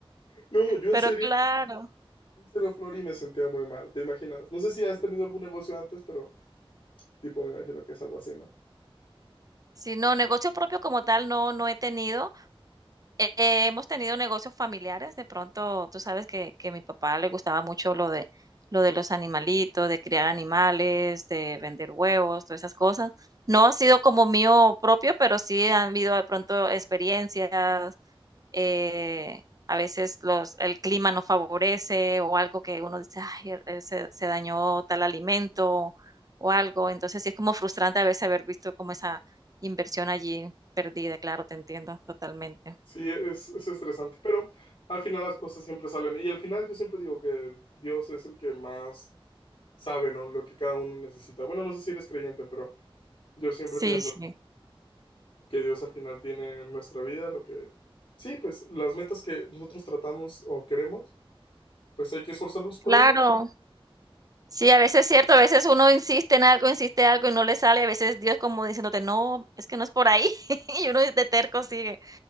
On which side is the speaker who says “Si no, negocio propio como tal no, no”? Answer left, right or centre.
Right